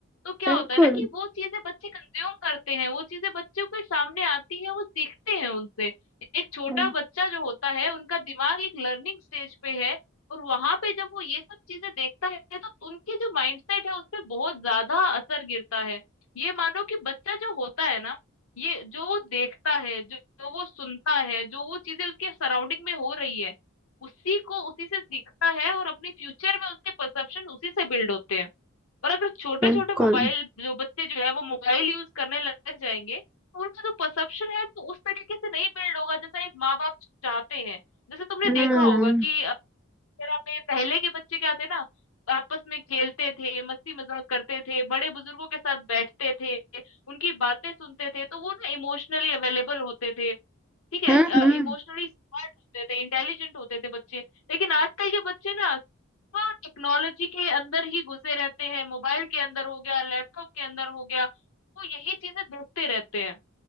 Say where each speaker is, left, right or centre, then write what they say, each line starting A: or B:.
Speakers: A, on the left; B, in the centre.
A: तो क्या
B: बिल्कुल
A: होता है ना कि वो चीजें बच्चे कंज्यूम करते हैं वो चीजें बच्चों के सामने आती है वो सीखते हैं उनसे एक छोटा
B: हम्म,
A: बच्चा जो होता है उनका दिमाग एक लर्निंग स्टेज पे है और वहां पे जब वो ये सब चीजें देखता है तो उनकी जो माइंडसेट है उस पे बहुत ज्यादा असर गिरता है ये मानो कि बच्चा जो होता है ना ये जो वो देखता है जो, जो वो सुनता है जो वो चीजें उसके सराउंडिंग में हो रही है उसी को उसी से सीखता है और अपने फ्यूचर में उसके परसेप्शन उसी से बिल्ड होते हैं और अगर छोटे
B: बिल्कुल
A: छोटे मोबाइल जो बच्चे जो है वो मोबाइल यूज करने लग जाएंगे तो उनका जो परसेप्शन है वो उस तरीके से नहीं बिल्ड होगा जैसा एक माँ बाप चाहते हैं जैसे तुमने
B: हम्म
A: देखा होगा
B: हम्म
A: कि अ, अगर हमें पहले के बच्चे क्या थे ना आपस में खेलते थे मस्ती मजाक करते थे बड़े बुजुर्गों के साथ बैठते थे उनकी बातें सुनते थे तो वो ना इमोशनली अवेलेबल होते थे ठीक है
B: हम्म
A: इमोशनली स्मार्ट होते थे इंटेलिजेंट होते थे बच्चे लेकिन आजकल के बच्चे ना हाँ टेक्नोलॉजी के अंदर ही घुसे रहते हैं मोबाइल के अंदर हो गया लैपटॉप के अंदर हो गया वो यही चीजें देखते रहते हैं